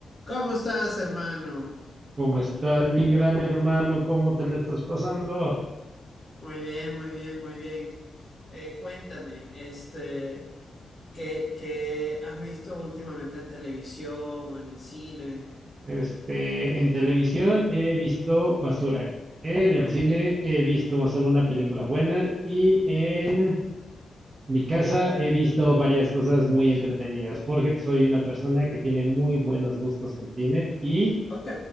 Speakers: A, on the left; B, on the right.
A: ¿Cómo estás, hermano?
B: ¿Cómo estás, mi gran hermano? ¿Cómo te la estás pasando?
A: Muy bien, muy bien, muy bien. Eh, cuéntame, este, ¿qué, qué has visto últimamente en televisión o en el cine?
B: Este, en televisión he visto basura. En el cine he visto solo una película buena y en mi casa he visto varias cosas muy entretenidas porque soy una persona que tiene muy buenos gustos en cine y,
A: Ok.